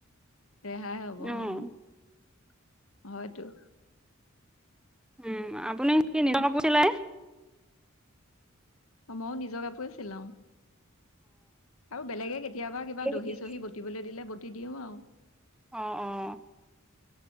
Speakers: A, on the left; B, in the centre.
A: ৰেহাই হ'ব, অঁ।
B: উম,
A: হয়তো।
B: উম, আপুনি কি নিজৰ কাপোৰ চিলাই।
A: অঁ ময়ো নিজৰ কাপোৰে চিলাও। আৰু বেলেগে কেতিয়াবা কিবা
B: অ'।
A: দহি চহি বতিবলৈ দিলে ব তি দিও আৰু।
B: অ'-অ'।